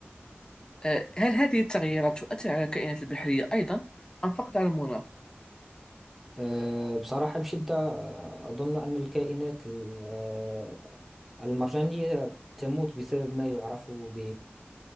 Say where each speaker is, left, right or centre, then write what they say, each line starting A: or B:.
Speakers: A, on the left; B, in the centre.
A: أه، هل هذه التغييرات تؤثر على الكائنات البحرية أيضا أم فقط على المناخ؟
B: آه، بصراحة بشدة آه، أظن أن الكائنات ال- آه، المرجانية تموت بسبب ما يعرف ب